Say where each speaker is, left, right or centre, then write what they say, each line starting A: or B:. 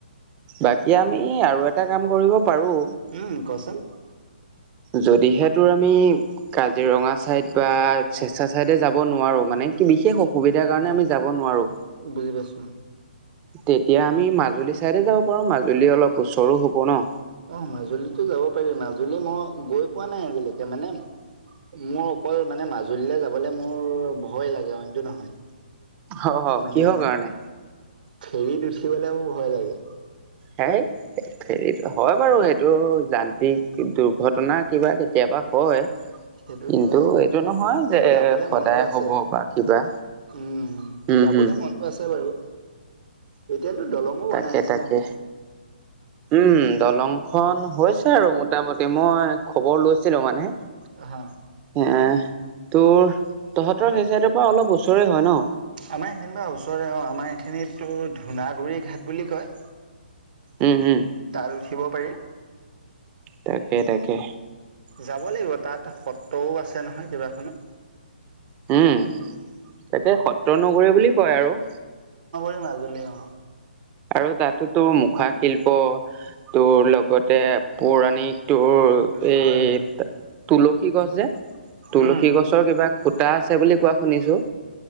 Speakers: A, on the right; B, on the right.
A: বাকী আমি আৰু এটা কাম কৰিব। পাৰো
B: উম কচোন।
A: যদিহেতোৰ আমি কাজিৰঙা চাইদ বা <unintelligible> চাইডে যাব নোৱাৰো মানে কি বিশেষ অসুবিধাৰ কাৰণে আমি যাব নোৱাৰো
B: বুজি পাইছ না
A: তেতিয়া আমি মাজুলী চাইডে যাব পাৰো মাজুলী অলপ ওচৰো হ'ব ন
B: অ মাজুলীতো যাব পাৰি মাজুলী মই গৈ পোৱা নাই আজিলৈকে মানে মোৰ অকল মানে মাজুলীলৈ যাবলৈ মোৰ ভয় লাগে অইনটো নহয়।
A: অ অ
B: মানে
A: কিহৰ কাৰণে
B: ফেৰীত উঠিবলে মোৰ ভয় লাগে
A: হ হেৰিত হয় বাৰু সেইটো যান্ত্ৰিক দুৰ্ঘটনা কিবা কেতি কেতিয়াবা হয়
B: সেইটো
A: কিন্তু
B: হয়
A: এইটো নহয়
B: কিন্তু
A: যে
B: যাবলে
A: সদায়
B: মনটো আছে
A: হ'ব বা কিবা।
B: উম
A: উম
B: যাবলে
A: হম
B: মনটো আছে বাৰু। এতিয়াতো দলঙো
A: তাকে
B: বনাই আছে
A: তাকে
B: ন
A: উম। দলং খন হৈছে আৰু মোটামুটি মই খবৰ লৈছিলো মানে।
B: আহ।
A: এ তোৰ তহঁতৰ সেই চাইডৰ পৰা অলপ ওচৰে হয় ন।
B: আমাৰ সেইখিনিব ওচৰে অ আমাৰ এইখিনিতো ধূনাগুৰি ঘাট বুলি কয়।
A: উম উম।
B: তাত উঠিব পাৰি।
A: তাকেই তাকে।
B: যাব লাগিব তাত সত্ৰও আছে নহয় কিবাখন।
A: উম তাকে সত্ৰ নগৰী বুলি কয় আৰু
B: মাজুলিৰ অ
A: আৰু তাতো তোৰ মুখা শিল্প তোৰ লগতে পৌৰাণিক তোৰ এই
B: হয় হয়
A: তুলসী গছ যে তুলসী
B: উম উম
A: গছৰ কিবা খুটা আছে বুলি কোৱা শুনিছো।